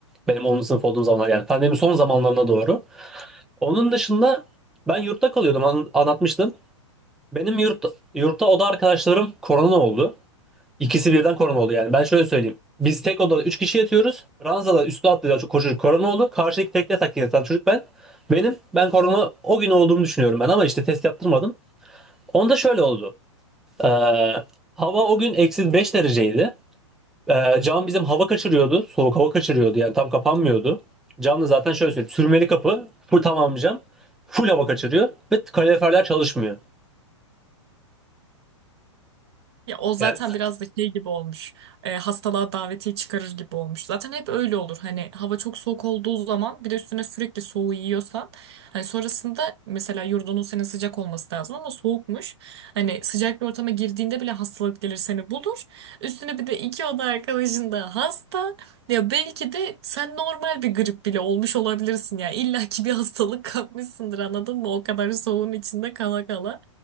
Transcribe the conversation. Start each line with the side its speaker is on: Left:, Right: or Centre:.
Centre: Benim 10. sınıf olduğum zamanlar yani pandemi son zamanlarına doğru. Onun dışında ben yurtta kalıyordum an- anlatmıştım. Benim yurt, yurtta oda arkadaşlarım korona oldu. İkisi birden korona oldu yani. Ben şöyle söyleyeyim. Biz tek odada 3 kişi yatıyoruz. Ranzada üstü atlayan çok koşucu korona oldu. Karşıdaki tekne takip yatan çocuk ben. Benim ben korona o gün olduğumu düşünüyorum ben ama işte test yaptırmadım. Onda şöyle oldu. Ee, hava o gün eksi 5 dereceydi. Ee, cam bizim hava kaçırıyordu. Soğuk hava kaçırıyordu yani tam kapanmıyordu. Cam da zaten şöyle söyleyeyim. Sürmeli kapı. Full tamam cam. Full hava kaçırıyor ve kaloriferler çalışmıyor.
Right: Ya o zaten
Centre: Yani
Right: biraz da şey gibi olmuş. E, hastalığa davetiye çıkarır gibi olmuş. Zaten hep öyle olur. Hani hava çok soğuk olduğu zaman bir de üstüne sürekli soğuğu yiyorsan hani sonrasında mesela yurdunun senin sıcak olması lazım ama soğukmuş. Hani sıcak bir ortama girdiğinde bile hastalık gelir seni bulur. Üstüne bir de iki oda arkadaşın da hasta. Ya belki de sen normal bir grip bile olmuş olabilirsin ya. İlla ki bir hastalık kapmışsındır anladın mı? O kadar soğuğun içinde kala kala.